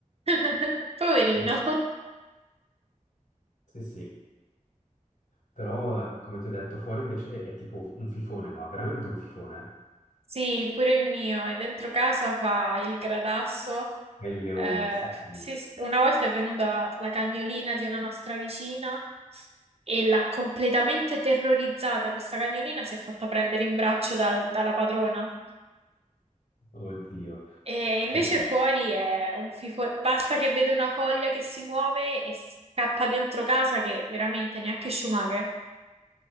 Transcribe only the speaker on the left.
Mm? Sì, sì, però eh, come ti ho detto, fuori invece è tipo un fifone, ma veramente un fifone,
eh? È il leone,
sì, sì.
oddio.
Che...